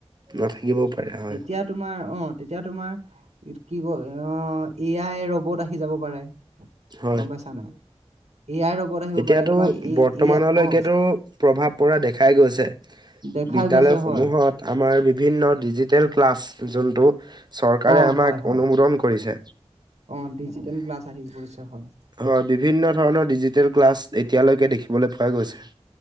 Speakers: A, on the right; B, on the right.
A: নাথাকিবও পাৰে হয়
B: তেতিয়া তোমাৰ অ তেতিয়া তোমাৰ কি কয়, অ, এ আই, ৰবট আহি যাব পাৰে।
A: হয়
B: গম পাইছা নাই? এ আইৰ ৰবট আহিব
A: এতিয়াতো
B: পাৰে তোমাক এ
A: বৰ্তমানলৈকেতো
B: এ অ
A: প্ৰভাৱ পৰা দেখাই গৈছে।
B: দেখাই
A: বিদ্যালয়সমূহত
B: গৈছে হয়।
A: আমাৰ বিভিন্ন ডিজিটেল ক্লাছ যোনটো। চৰকাৰে
B: অ
A: আমাক
B: হয় হয়।
A: অনুমোদন কৰিছে।
B: অ ডিজিটেল ক্লাছ আহি পৰিছে হয়।
A: হয়, বিভিন্ন ধৰণৰ ডিজি ডিজিটেল ক্লাছ, এতিয়ালৈকে দেখিবলৈ পোৱা গৈছে।